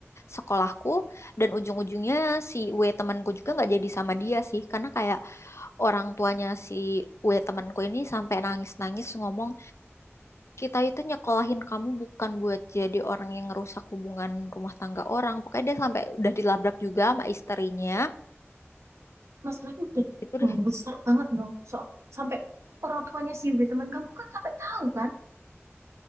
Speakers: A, on the left; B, on the right.
A: sekolahku. Dan ujung-ujungnya si W temanku juga nggak jadi sama dia sih. Karena kayak orang tuanya si W temanku ini sampai nangis-nangis ngomong kita itu nyekolahin kamu bukan buat jadi orang yang ngerusak hubungan rumah tangga orang. Pokoknya dia sampai udah dilabrak juga sama istrinya.
B: Masalahnya udah
A: Itu deh.
B: besar banget dong. So, sampai orang tuanya si W temen kamu kan sampai tahu kan?